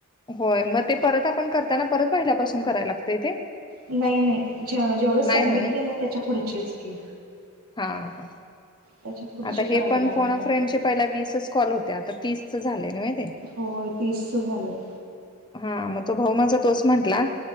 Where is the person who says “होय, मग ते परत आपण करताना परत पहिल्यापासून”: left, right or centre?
Left